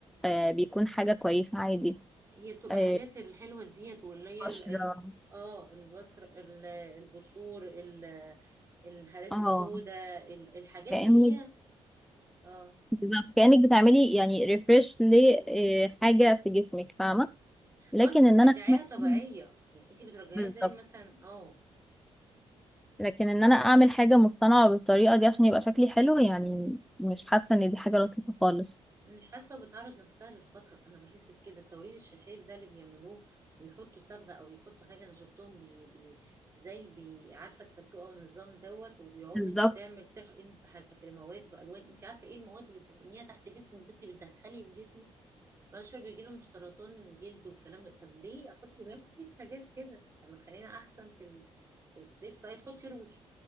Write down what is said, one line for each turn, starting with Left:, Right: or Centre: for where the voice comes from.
Centre: آه، بيكون حاجة كويسة عادي
Right: هي بتبقى
Centre: آه،
Right: حاجات الحلوه ديت واللي هي
Centre: بشرة
Right: ال... ال... اه البصر ال- البصور ال... الهالات
Centre: اه
Right: السوداء ال... الحاجات
Centre: كأنك
Right: اللي هي اه
Centre: بالظبط كأنك بتعملي يعني ريفرش لحاجة في جسمك فاهمة لكن
Right: اه انت بترجعيها
Centre: ان انا اعمل
Right: طبيعية
Centre: <laughs>
Right: يعني انت بترجعيها
Centre: بالظبط
Right: زي مثلا اه
Centre: لكن ان انا اعمل حاجة مصطنعة بالطريقة دي عشان يبقى شكلي حلو يعني مش حاسة ان دي حاجة لطيفة خالص
Right: مش حاسة بتعرض نفسها للخطر انا بحس بكده التوريد الشفايف ده اللي بيعملوه بيحطوا صبغة او يحطوا حاجة انا شفتهم بي بي زي بي عارفة التاتو او النظام دوت وبيقعدوا
Centre: بالظبط
Right: تعمل تحقن في حاجة في مواد في الوان انت عارفة ايه المواد اللي بتحقنيها تحت جسمك ده انت بتدخلي الجسم بعد شوية بيجي لهم سرطان الجلد والكلام ده طب ليه احط نفسي في حاجات كده طب ما تخلينا احسن في ال- في السيف سايد حطي روج